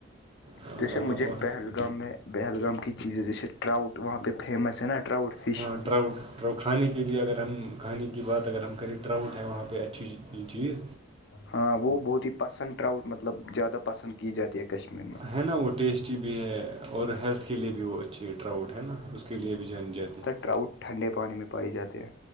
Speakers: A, on the left (about 60°); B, on the right (about 25°).
A: جی
B: اور
A: جیسے مجھے پہلگام میں پہلگام کی چیزیں جیسے ٹراؤٹ وہاں پہ فیمس ہے نا ٹراؤٹ فش
B: ہاں ٹراؤٹ ٹرؤ کھانے کے لیے اگر ہم کھانے کی بات اگر ہم کریں ٹراؤٹ ہے وہاں پہ اچھی چیز
A: ہاں وہ بہت ہی پسند ٹراؤٹ مطلب زیادہ پسند کی جاتی ہے کشمیر میں
B: ہے نا وہ ٹیسٹی بھی ہے اور ہیلتھ کے لیے بھی وہ اچ اچھا ٹاؤٹ ہے نا اس کے لیے بھی جانی جاتی ہے
A: کرراؤٹ ٹھنڈے پانی میں پائی جاتے ہیں